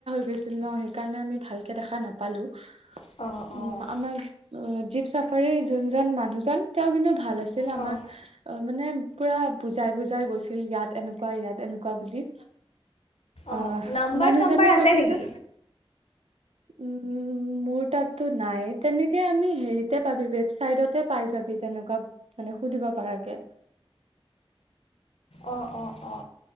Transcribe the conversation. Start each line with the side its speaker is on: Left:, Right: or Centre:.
Right: হৈছিল ন সেই কাৰণে আমি ভালকে দেখা নাপালোঁ। উম
Left: অ', অ',
Right: আমাৰ অ, জীপ চাফাৰী যোনজন মানুহজন, তেওঁ কিন্তু ভাল আছে আছিল
Left: অ',
Right: আমাক, অ' মানে পুৰা বুজাই বুজাই গৈছিল ইয়াত এনেকুৱা, ইয়াত এনেকুৱা বুলি। অঁ
Left: অ', নাম্বাৰ
Right: মানুহজনে
Left: চাম্বাৰ আছে
Right: কৈছে
Left: নেকি?
Right: যে উম মোৰ তাতটো নাই, তেনেকে আমি হেৰিতে পাবি ৱেবচাইটতে পাই যাবি তেনেকুৱা মানে সুধিব পাৰাকে।
Left: অ'-অ'-অ,